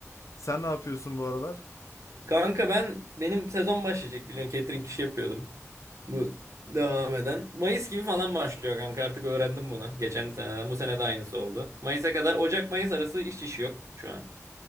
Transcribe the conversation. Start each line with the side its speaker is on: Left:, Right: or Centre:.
Left: Sen ne yapıyorsun bu aralar?
Right: Kanka ben benim sezon başlayacak biliyorsun catering işi yapıyordum. Bu devam eden. Mayıs gibi falan başlıyor kanka artık öğrendim bunu. Geçen seneden bu sene de aynısı oldu. Mayıs'a kadar Ocak-Mayıs arası iş iş yok şu an.